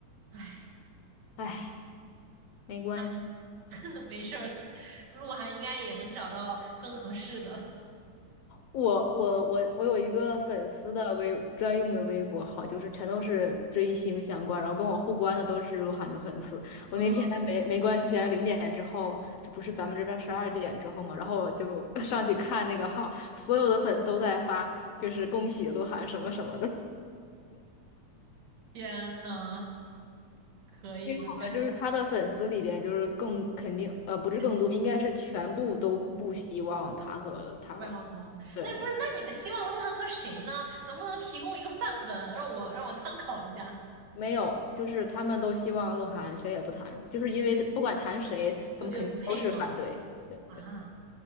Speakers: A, on the right; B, on the left.
A: 哎，
B: 唉，没关系。
A: 啊，<laughs> 没事儿，鹿晗应该也能找到更合适的。
B: 我我我我有一个粉丝的微专用的微博号，就是全都是追星相关，然后跟我互关的都是鹿晗的粉丝。我那天没没关系啊，
A: 嗯，
B: 零点之后，这不是咱们这边十二点之后嘛，然后我就 <laughs> 上去看那个号，所有的粉丝都在发，就是恭喜鹿晗什么什么的。<laughs>
A: 天呐！可以的，
B: 因为我们就是他的粉丝里边，
A: 感觉
B: 就是更肯定，呃，不是更多，
A: 肯定，
B: 应该是全部都不希望他和他，
A: 嗯，怪好同。
B: 对。
A: 那不是，那你们希望鹿晗和谁呢？能不能提供一个范本，让我让我参考一下？
B: 没有，就是他们都希望鹿晗谁也不谈，就是因为不管谈谁，他们肯定都是反对。
A: 都觉得不配吗？
B: 对，
A: 啊，